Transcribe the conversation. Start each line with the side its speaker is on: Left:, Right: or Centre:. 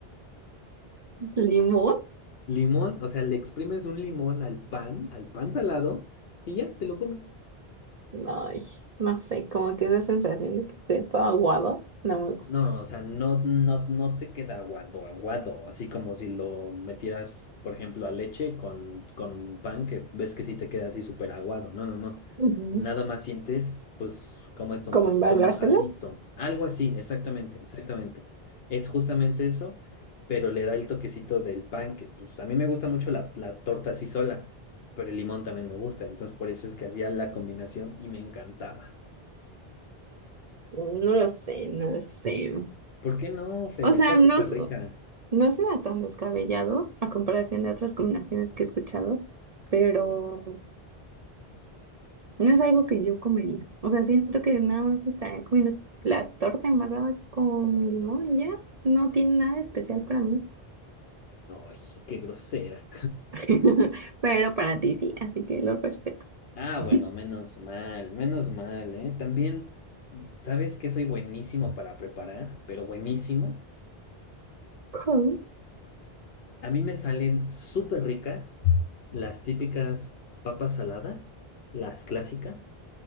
Right: ¿Limón?
Left: Limón, o sea, le exprimes un limón al pan, al pan salado y ya te lo comes.
Right: Ay, no sé, como que esa sensación de que esté todo aguado, no me gusta.
Left: No, o sea, no, no, no te queda aguado, aguado, así como si lo metieras, por ejemplo, a leche con, con pan, que ves que sí te queda así súper aguado. No, no, no.
Right: Ujú.
Left: Nada más sientes, pues, como está un
Right: ¿Cómo
Left: poquito
Right: embarrárselo?
Left: mojadito. Algo así, exactamente, exactamente. Es justamente eso, pero le da el toquecito del pan, que pues a mí me gusta mucho la, la torta así sola, pero el limón también me gusta, entonces por eso es que hacía la combinación y me encantaba.
Right: No lo sé, no lo sé.
Left: ¿Por qué no, Fer?
Right: O
Left: Está
Right: sea,
Left: súper
Right: no, su-
Left: rica.
Right: no suena tan descabellado a comparación de otras combinaciones que he escuchado, pero... No es algo que yo comería. O sea, siento que nada más me estaría comiendo la torta embarrada con limón y ya. No tiene nada de especial para mí.
Left: Ay, qué grosera.
Right: <laughs> Pero para ti sí, así que lo respeto.
Left: Ah,
Right: <laughs>
Left: bueno, menos mal, menos mal, ¿eh? También, ¿sabes que soy buenísimo para preparar? Pero buenísimo.
Right: Con-
Left: A mí me salen súper ricas las típicas papas saladas, las clásicas,